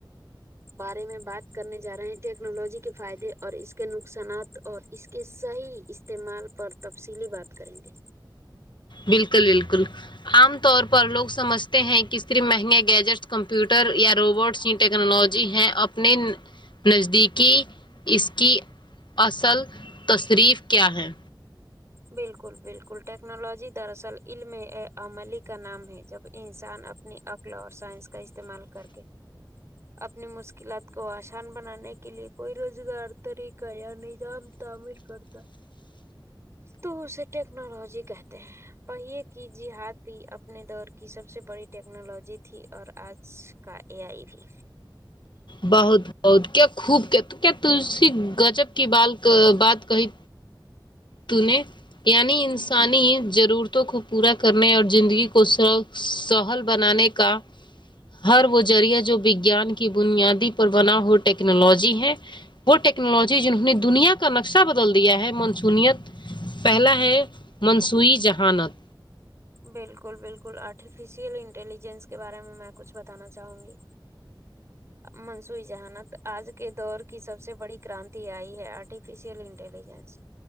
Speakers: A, on the right; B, on the left.
A: بارے میں بات کرنے جا رہے ہیں ٹیکنالوجی کے فائدے اور اس کے نقصانات اور اس کے صحیح استعمال پر تفصیلی بات کریں گے
B: بالکل بالکل عام طور پر لوگ سمجھا ہیں کس طریح مہنگیا گیجٹس کمپیوٹر یا روبوٹس ٹیکنالوجی ہیں اپنے نزدیکی اس کی اصل تصریف کیا ہے
A: بالکل بالکل ٹیکنالوجی دراصل علم عملی کا نام ہے جب انسان اپنی اکلا اور سائنس کا استعمال کر کے اپنی مشکلات کو آسان بنانے کے لیے کوئی روزگار طریقہ یا نظام تعمیر کرتا تو اسے ٹیکنالوجی کہتے ہیں پہیے کی جہاد بھی اپنے دور کی سب سے بڑی ٹیکنالوجی تھی اور آج یہ اے آئی بھی
B: بہت بہت کیا خوب کہ تو کیا تسی گجب کی بال بات کہی تو نع یعنی انسانی ضرورتوں کو پورا کرنے اور زندگی کو س سہل بنانے کا ہر وہ ذریعہ جو وگیان کی بنیادی پر بنا ہو ٹیکنالوجی ہے وہ ٹیکنالوجی جنہوں نے دنیا کا نقشہ بدل دیا ہے منسونیت پہلا ہے منصوعی جہانت
A: بالکل بالکل آرٹیفیشیل انٹیلیجنس کے بارے میں میں کچھ بتانا چاہوں گی منصوئی جہانت آج کے دور کی سب سے بڑی کرانتی آئی ہے آرٹیفسل انٹلیجنس